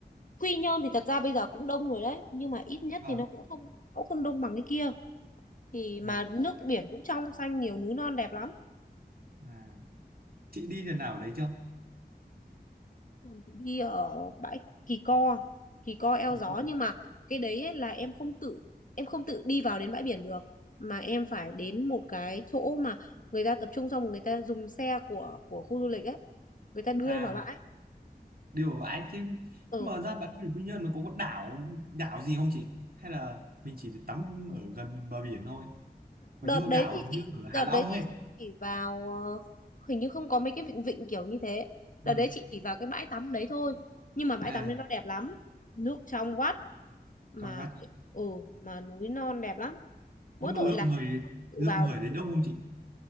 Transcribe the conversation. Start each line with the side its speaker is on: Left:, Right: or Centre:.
Left: Quy Nhơn thì thật ra bây giờ cũng đông người đấy nhưng mà ít nhất
Right: vâng
Left: thì nó cũng không cũng không đông bằng cái kia thì
Right: nào
Left: mà nước biển cũng trong xanh nhiều núi non đẹp lắm
Right: à, chị đi lần nào ở đấy chưa
Left: đi ở bãi Kỳ Co Kỳ Co Eo
Right: Kỳ
Left: Gió
Right: Cô
Left: nhưng mà cái đấy ấy là em không tự em không tự đi vào đến bãi biển được mà em phải đến một cái chỗ mà người ta tập trung xong rồi người ta dùng xe của của khu du lịch ấy người ta đưa
Right: à
Left: em vào bãi
Right: điều ở ấy thì nhưng
Left: ừ.
Right: mà ra bãi biển Quy Nhơn nó có, có đảo đảo gì không chị hay là mình chỉ được tắm ở gần bờ biển thôi còn
Left: đợt
Right: như
Left: đấy
Right: đảo
Left: thì chị
Right: như ở
Left: đợt
Right: Hạ Long
Left: đấy thì
Right: ấy
Left: chị chỉ vào ờ, hình như không có mấy cái vịnh vịnh kiểu như thế
Right: ừ.
Left: đợt đấy chị chỉ vào cái bãi tắm đấy thôi nhưng mà bãi
Right: à
Left: tắm đấy nó đẹp lắm nước trong vắt mà
Right: trong vắt
Left: kiểu- ừ mà núi non đẹp lắm mỗi
Right: nhưng mà
Left: tội
Right: lượng
Left: là
Right: người
Left: không tự
Right: lượng
Left: vào
Right: người
Left: được
Right: ở đấy đông không chị